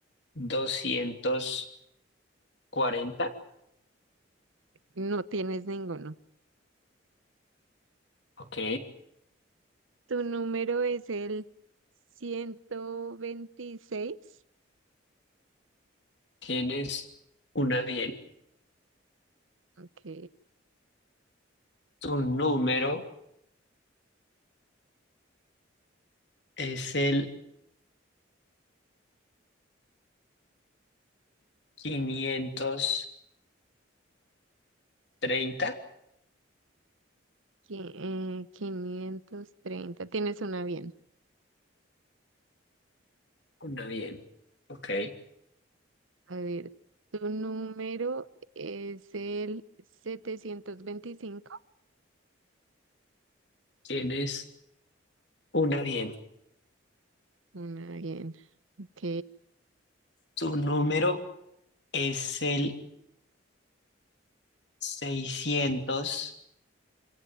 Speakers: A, on the left; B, on the right.
A: doscientos cuarenta.
B: No tienes ninguno.
A: Ok.
B: Tu número es el ciento veintiséis
A: Tienes una bien.
B: Ok.
A: Tu número es el quinientos treinta
B: Qui- eh, quinientos treinta Tienes una bien.
A: Una bien. Ok.
B: A ver, tu número es el setecientos veinticinco
A: Tienes una bien.
B: Una bien. Ok.
A: Tu número es el seiscientos